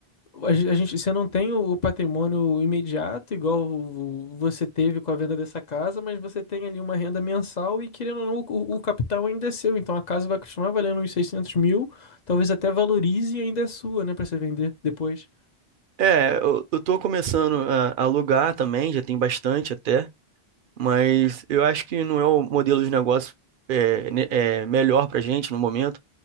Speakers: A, on the left; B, on the right.
A: A gen- a gente, você não tem o o patrimônio imediato, igual o- o- você teve com a venda dessa casa, mas você tem ali uma renda mensal e, querendo ou não, o, o capital ainda é seu. Então a casa vai continuar valendo uns 600 mil, talvez até valorize e ainda é sua, né, para você vender depois.
B: É, eu, eu tô começando a a alugar também, já tem bastante até, mas eu acho que não é o modelo de negócio é, ne- é, melhor pra gente no momento,